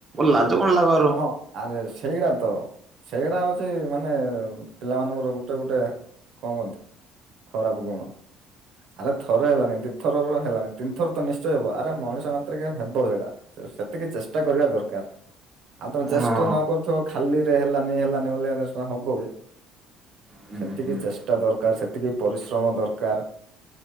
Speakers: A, on the right (about 30°); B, on the right (about 65°).
A: ଲାଜ କଣ ଲାଗ ର
B: ଓହଁ ଆରେ ସେଇଗଡା ତ ସେଇଟା ହଉଛି ମାନେ ପିଲାମାନଙ୍କର ଗୋଟେ ଗୋଟେ କଣ କହନ୍ତି ଖରାପ ଗୁଣ। ଆରେ ଥରେ ହେଲାନି ଦିଥରର ହେଲାନି ତିନିଥରତ ନିଶ୍ଚୟ ହବ ଆରେ ମଣିଷ ମାତ୍ର କେ ହେବ ସେଇଡା। ସେତିକି ଚେଷ୍ଟା କରିବା ଦରକାର। ଆଉ ତମେ ଚେଷ୍ଟାନ
A: ହଁ
B: କରୁଥିବ ଖାଲି ରେ ହେଲାନି ହେଲାନି ବ ହବ କି?
A: ହୁଁ
B: ସେତିକି
A: ହୁଁ।
B: ଚେଷ୍ଟା ଦରକାର ସେତିକି ପରିଶ୍ରମ ଦରକାର।